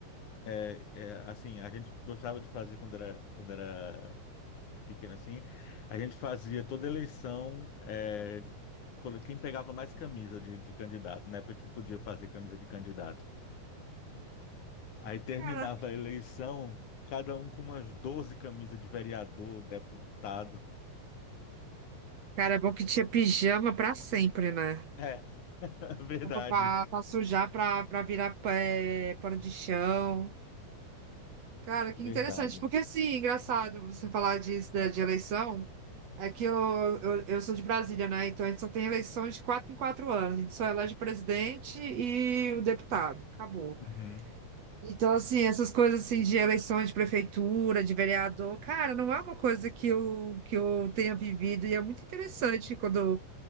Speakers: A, on the left; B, on the right.
A: é, é, assim, a gente gostava de fazer quando era, quando era pequeno assim, a gente fazia toda eleição, é, colo- quem pegava mais camisa de, de candidato, na época que podia fazer camisa de candidato. Aí terminava
B: Cara,
A: a eleição, cada um com umas 12 camisas de vereador, deputado.
B: Cara, é bom que tinha pijama pra sempre, né?
A: É, <laughs>
B: Roupa
A: verdade,
B: pra, pra sujar, pra, pra virar pé, pano de chão. Cara, que
A: verdade.
B: interessante. Porque, assim, engraçado você falar disso, né, de eleição. É que eu, eu, eu sou de Brasília, né? Então a gente só tem eleição de quatro em quatro anos. A gente só elege o presidente e o deputado. Acabou.
A: Uhum.
B: Então, assim, essas coisas assim de eleições de prefeitura, de vereador, cara, não é uma coisa que eu, que eu tenha vivido. E é muito interessante quando